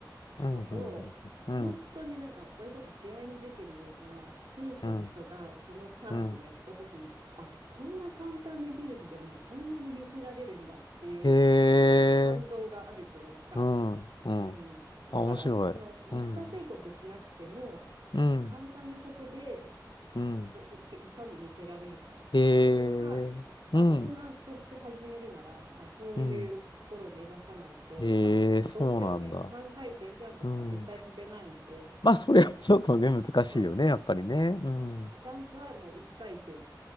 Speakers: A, on the right (about 85°); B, on the left (about 70°).
A: 人と、
B: うんうんうん
A: 本当になんか、それこそ試合に出てるような選手の人が、
B: うん
A: そのターンをやった時に、
B: うん
A: あ、こんな簡単な技術でもこんなに見せられるんだっていう
B: へえ、
A: 感動があるというか、
B: うん、うん。
A: うん。だから、
B: あ、面白い。
A: その難しいことしなくても、
B: うん、うん、
A: なんか簡単なことで
B: うん。
A: ど、い、いかに見せられるかっていうのが、
B: へえ、
A: まあ、
B: うん、
A: 大人として始めるなら、まあ、そういうところを目指さないと、
B: うん。へえ、
A: まあ、
B: そうなんだ。
A: どうしてもね、3回転ジャンプとか絶対飛べないので、
B: うん。まあ、それはちょっとね、難しいよね、
A: そうそ
B: やっぱりね。うん、うん、
A: う。ジャンプはもう1回転